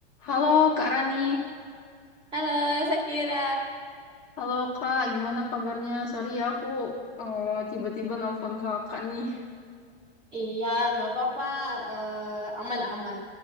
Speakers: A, on the left (about 25°); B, on the right (about 15°).
A: Halo Kak Rani,
B: Halo, Sakira.
A: halo Kak, gimana kabarnya? Sorry ya aku eh, tiba-tiba nelfon Kakak nih.
B: Iya, nggak apa-apa. Eh, Aman-aman.